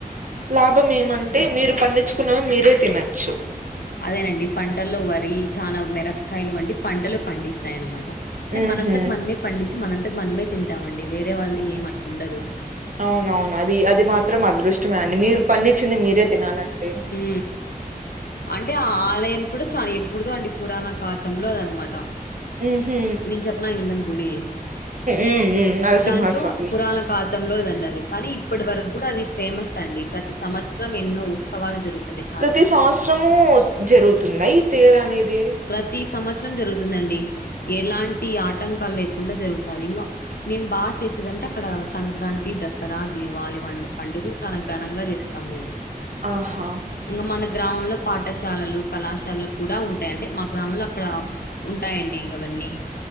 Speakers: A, on the right; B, on the left.
A: లాభం ఏమంటే మీరు పండించుకున్నవి మీరే తినచ్చు
B: అదేనండి పంటల్లో వరి చానా మిరపకాయల్ వంటి పంటలు పండిస్తాయన్నమాట అంటే
A: ఉహు
B: మనంతట్ మనమే పండించి మనంతక్ మనమే తింటామండి వేరే వాళ్ ది ఏం అట్లుండదు
A: అవునవును అది అది మాత్రం అదృష్టమే అండి మీరు పండిచ్చింది మీరే తినాలండి
B: ఊ అంటే ఆ ఆలయం కూడా చాన ఎప్పుడుదో అండి పురాణ ఖాతంలో దన్మాట
A: ఊహు
B: నేకు చెప్పిన ఇందగుడి
A: ఉమ్ ఉమ్ నరసింహస్వామి
B: దాంట్లో పురాణ ఖాతంలోదండది కానీ ఇప్పటి వరక్కూడా అది ఫేమస్ అండి ప్రతి సంవత్సరం ఎన్నో ఉత్సవాలు జరుగుతండి
A: ప్రతి సంవత్సరము జరుగుతుందా ఈ తెరనేది
B: ప్రతి సంవత్సరం జరుగుతుందండి ఎలాంటి ఆటంకాల్ లేకుండా జరుగుతది ఇంగా మేం బా చేసేదంటే అక్కడ సంక్రాంతి దస్ సరా దీవాళి వంటి పండుగలు చాలా ఘనంగా చేస్తాం మేము
A: ఆహా
B: ఇంగా మన గ్రామంలో పాఠశాలలు కళాశాలలు కూడా ఉంటాయండి మా గ్రామంలో అక్కడ ఉంటాయండి ఇగవన్నీ